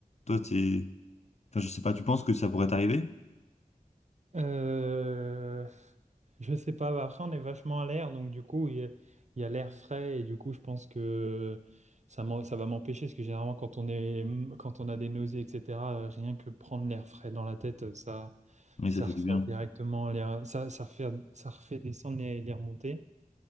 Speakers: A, on the left (about 45°); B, on the right (about 50°).
A: Toi, t'es... Enfin, je sais pas, tu penses que ça pourrait t'arriver?
B: Euh, je sais pas, après on est vachement à l'air, donc du coup il y a, il y a l'air frais et du coup je pense que ça, m'en- ça va m'empêcher, parce que généralement quand on est, quand on a des nausées, etc., euh, rien que prendre l'air frais dans la tête, ça,
A: Oui,
B: ça
A: ça fait
B: refait
A: du bien.
B: directement l'air, ça, ça refait, ça refait descendre les, les remontées.